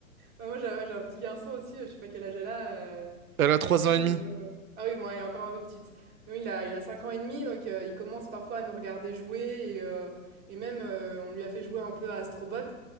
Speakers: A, on the right; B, on the right.
A: bah, moi, j'ai ouais, j'ai un petit garçon aussi, heu, je sais pas quel âge elle a, heu,
B: Elle a
A: la
B: trois
A: tienne,
B: ans et demi.
A: elle a ah oui, bon, elle est encore un peu petite. Nous, il a il a 5 ans et demi, donc heu, il commence parfois à nous regarder jouer et heu et même, heu, on lui a fait jouer un peu à Astrobot